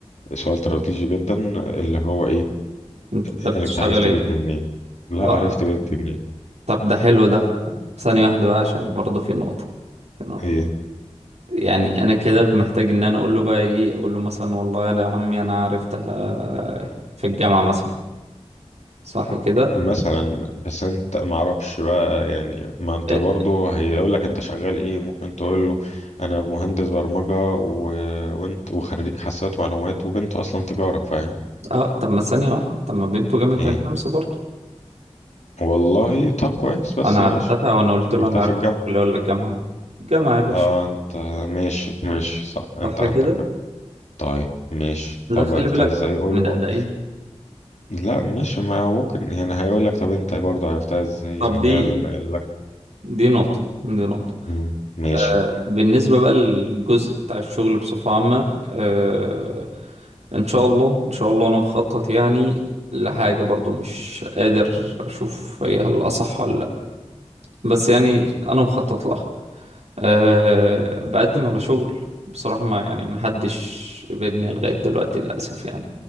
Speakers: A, on the left (about 80°); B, on the right (about 75°).
A: سؤال استراتيجي جدا اللي هو ايه
B: انت بتشتغل
A: آه، انت عرفت
B: ايه
A: بيتنا منين لا
B: اه
A: عرفت بنتي منين
B: طب ده حلو ده ثانية واحدة بقى عشان برضه في نقطة في نقطة
A: هي
B: يعني أنا كده محتاج إن أنا أقول له بقى إيه أقول له مثلا والله يا عمي أنا عرفتها في الجامعة مثلا صح كده
A: مثلا بس انت ما اعرفش بقى يعني ما انت
B: إيه،
A: برضه هيقول لك انت شغال ايه ممكن تقول له انا مهندس برمجة و... وانت وخريج حاسبات معلومات وبنته اصلا تجارة فاهم
B: اه طب ما ثانية واحدة طب ما بنته جامعة
A: ايه
B: عين شمس برضه
A: والله طب كويس بس
B: أنا عرفتها
A: يا باشا
B: وأنا قلت له
A: شفتها
B: أنا عرفتها
A: في الجامعة
B: في الكلية ولا الجامعة جامعة يا باشا
A: اه انت ماشي ماشي صح انت
B: صح كده
A: عندك حق طيب ماشي
B: لا
A: طب
B: خلي
A: عرفتها
B: بالك
A: ازاي قول
B: من الأدائين
A: له لا ماشي ما ممكن يعني هيقول لك طب انت برضه عرفتها ازاي
B: طب
A: يعني
B: دي
A: هي ما قال لك
B: دي نقطة دي نقطة
A: مم، ماشي
B: آه، بالنسبة بقى للجزء بتاع الشغل بصفة عامة آه، إن شاء الله إن شاء الله أنا مخطط يعني لحاجة برضو مش قادر أشوف هي الأصح ولا لأ بس يعني أنا مخطط لها أه بقدم على شغل بصراحة ما يعني محدش قبلني لغاية دلوقتي للأسف يعني